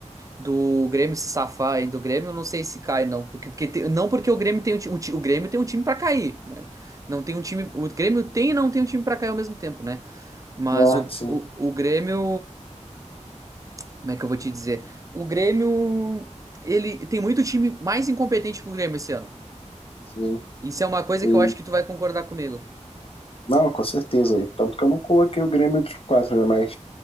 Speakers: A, on the right; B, on the left.
A: do Grêmio se safar, hein? Do Grêmio eu não sei se cai, não. Porque, porque tem- não porque o Grêmio tem um, ti- o, ti- o Grêmio tem um time pra cair, mas não tem um time. O Grêmio tem e não tem um time pra cair ao mesmo tempo, né? Mas
B: Ah,
A: o,
B: sim,
A: o, o Grêmio. Como é que eu vou te dizer? O Grêmio. Ele tem muito time mais incompetente que o Grêmio esse ano.
B: sim.
A: Isso é uma coisa
B: E-
A: que eu acho que tu vai concordar comigo.
B: não, com certeza. Tanto que eu não coloquei o Grêmio entre os quatro, né? Mas